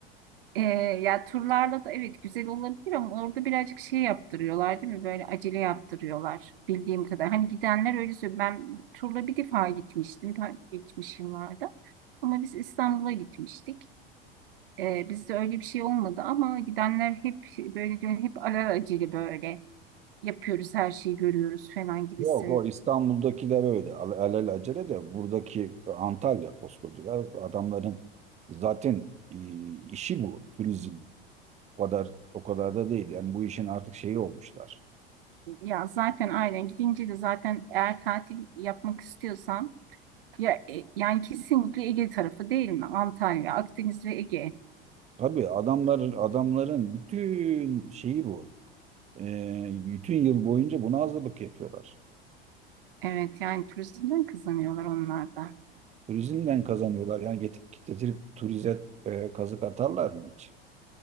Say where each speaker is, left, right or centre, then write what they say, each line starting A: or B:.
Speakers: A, on the right; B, on the right.
A: Ee, ya turlarla da evet güzel olabilir ama orada birazcık şey yaptırıyorlar değil mi? Böyle acele yaptırıyorlar bildiğim kadar. Hani gidenler öyle söylüyor. Ben turla bir defa gitmiştim ta geçmiş yıllarda. Ama biz İstanbul'a gitmiştik. Ee, bizde öyle bir şey olmadı ama gidenler hep böyle diyor hep alelacele böyle yapıyoruz her şeyi görüyoruz falan gibisin.
B: Yok o İstanbul'dakiler öyle Al- alelacele de buradaki Antalya koskoca ya. adamların zaten e, işi bu turizm. O kadar o kadar da değil yani bu işin artık şeyi olmuşlar.
A: Ya zaten aynen gidince de zaten eğer tatil yapmak istiyorsan Ya, e, yani kesinlikle Ege tarafı değil mi? Antalya, Akdeniz ve Ege.
B: Tabii adamların adamların bütün şeyi bu. E, bütün yıl boyunca buna hazırlık yapıyorlar.
A: Evet yani turizmden kazanıyorlar onlar da.
B: Turizmden kazanıyorlar yani getirip getirip turize e, kazık atarlar mı hiç?